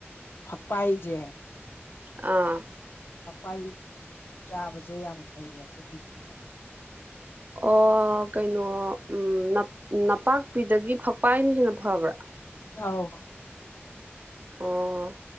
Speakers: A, on the left; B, on the right.
A: ꯐꯛꯄꯥꯏꯖꯦ
B: ꯑꯥ
A: ꯐꯛꯄꯥꯏ ꯆꯥꯕꯁꯦ ꯌꯥꯝ ꯐꯩꯌꯦ ꯈꯣꯏ ꯕꯤꯄꯤꯗ
B: ꯑꯣ ꯀꯩꯅꯣ ꯎꯝ ꯅꯞ ꯅꯄꯥꯛꯄꯤꯗꯒꯤ ꯐꯛꯄꯥꯏꯅ ꯍꯦꯟꯅ ꯐꯕ꯭ꯔꯥ
A: ꯑꯥꯎ
B: ꯑꯣ